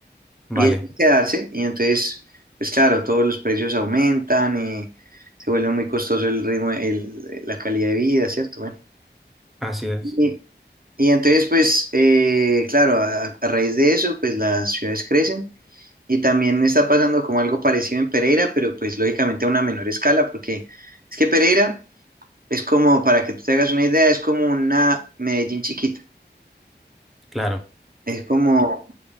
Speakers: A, in the centre; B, on the right.
A: vale,
B: y es de quedarse, y entonces, pues claro, todos los precios aumentan, eh, se vuelve muy costoso el ritmo, el- la calidad de vida, ¿cierto? Bueno,
A: así es,
B: y, y entonces, pues, eh, claro, a, a raíz de eso, pues las ciudades crecen, y también está pasando como algo parecido en Pereira, pero pues lógicamente a una menor escala, porque es que Pereira es como, para que tú te hagas una idea, es como una Medellín chiquita,
A: claro.
B: es como,